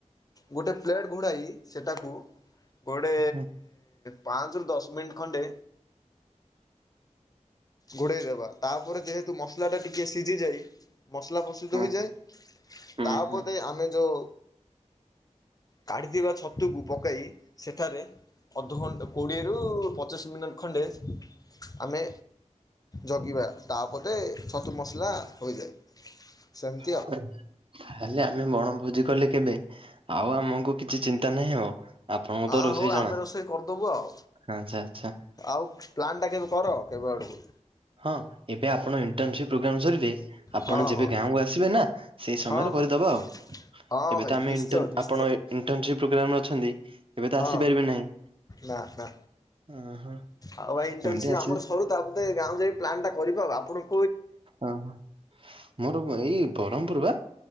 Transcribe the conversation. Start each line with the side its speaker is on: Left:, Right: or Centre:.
Left: ଗୋଟେ ପ୍ଲେଟ ଘୋଡ଼ାଇ ସେଟାକୁ ଗୋଟେ
Right: ଆଚ୍ଛା
Left: ପାଞ୍ଚରୁ ଦଶ ମିନିଟ୍‌ ଖଣ୍ଡେ ଘୋଡ଼େଇ ଦେବା, ତାପରେ ଯେହେତୁ ମସଲା ଟା ଟିକେ ସିଝି ଯାଇ ମସଲା ପ୍ରସ୍ତୁତି
Right: ଆଚ୍ଛା
Left: ହୋଇଯାଏ
Right: ହଁ
Left: ତା
Right: ହୁଁ
Left: ଉପରେ
Right: ହୁଁ
Left: ଆମେ ଯଉ କାଢିଥିବା ଛତୁକୁ ପକେଇ ସେଠାରେ ଅଧଘଣ୍ଟା କୋଡ଼ିଏ ରୁ ପଚିଶ ପଚିଶ ମିନିଟ୍ ଖଣ୍ଡେ ଆମେ ଜଗିବା। ତାପରେ ଛତୁ ମସଲା ହୋଇଯାଏ ସେମତି।
Right: <inaudible> ତାହେଲେ ଆମେ ବଣଭୋଜି କଲେ କେବେ ଆଉ ଆମକୁ କିଛି ଚିନ୍ତା ନାହିଁ ଆଉ। ଆପଣଙ୍କୁ
Left: ହଁ
Right: ତ ରୋଷେଇ
Left: ହଉ
Right: ଜଣା,
Left: ଆମେ କରିଦେବୁ ଆଉ
Right: ଆଛା ଆଛା।
Left: ଆଉ ପ୍ଲାନ୍ଟା କେବେ କର କେବେ ଆଡ଼କୁ?
Right: ହଁ ଏବେ ଆପଣ ଇଣ୍ଟରସିପପ୍ରୋଗ୍ରାମ ସରିବେ ଆପଣ
Left: ହଁ
Right: ଯେବେ
Left: ହଁ
Right: ଗାଁକୁ ଆସିବେ ଆସିବେ ନା, ସେଇ ସମୟରେ
Left: ହଁ ହଁ
Right: କରିଦେବା ଆଉ,
Left: ହଁ
Right: ଏବେ
Left: ଭାଇ
Right: ତ ଆମେ
Left: ନିଶ୍ଚୟ ନିଶ୍ଚୟ
Right: ଆପଣ? ଇଣ୍ଟର୍ନସିପ ପ୍ରୋଗ୍ରାମ ରେ ଅଛନ୍ତି, ଏବେ ତ
Left: ହଁ
Right: ଆସିପାରିବେ ନାହିଁ।
Left: ନା ନା
Right: ଅହ।
Left: ଆଉ ଭାଇ ଇଣ୍ଟର୍ନସିପ
Right: ଏମିତି ଆସିଲେ
Left: ଆମର ସରୁ ତା ତାପରେ ତେବେ ଗାଁ ଯାଇ ପ୍ଲାନ୍ ଟା କରିଦେବା, ଆପଣଙ୍କୁ
Right: ଓ ହୋ, ମୋର ଏଇ ବରହମପୁର ବା।